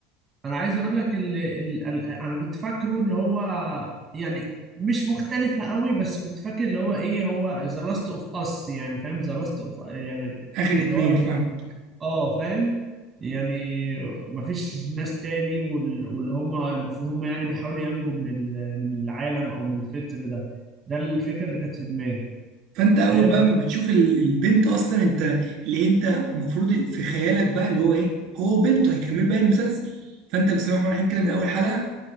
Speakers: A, on the right; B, on the right.
A: انا عايز اقول لك ال... ال... ال... انا كنت فاكره اللي هو يعني مش مختلفة قوي بس كنت فاكر اللي هو ايه هو ذا لاست اوف اس يعني فاهم ذا لاست اوف يعني
B: اخر
A: اللي
B: اتنين
A: هو
B: فاهم
A: اه فاهم يعني مفيش ناس تاني وال... واللي هم المفروض هم يعني بيحاولوا ينجوا من ال... من العالم او من الفطر ده ده الفكرة اللي كانت في دماغي
B: فانت اول
A: آه.
B: بقى ما بتشوف ال- البنت اصلا انت اللي انت المفروض في خيالك بقى اللي هو ايه هو وبنته هيكملوا بقى المسلسل فانت بسم الله الرحمن الرحيم كده من اول حلقه